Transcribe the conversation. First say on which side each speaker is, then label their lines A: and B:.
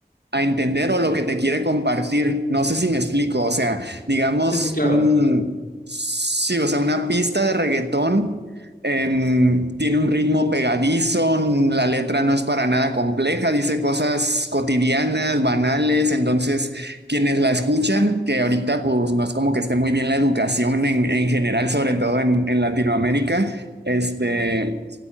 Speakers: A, on the right; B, on the left.
A: a entender o lo que te quiere compartir. No sé si me explico, o sea, digamos
B: Sí, sí, claro.
A: un, sí, o sea, una pista de reggaetón em, tiene un ritmo pegadizo, la letra no es para nada compleja, dice cosas cotidianas, banales, entonces quienes la escuchan, que ahorita pues no es como que esté muy bien la educación en, en general, sobre todo en, en Latinoamérica, este...